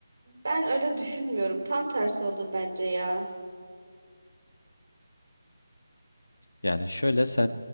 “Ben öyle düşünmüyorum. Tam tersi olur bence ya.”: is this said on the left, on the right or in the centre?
Right